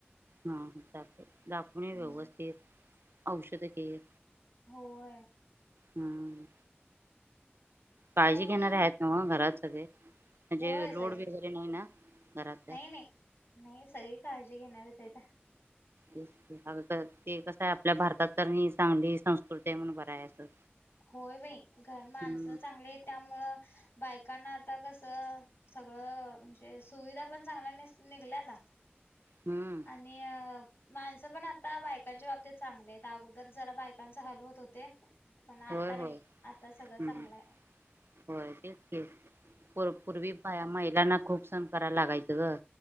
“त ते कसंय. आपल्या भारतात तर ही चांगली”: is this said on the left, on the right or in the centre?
Right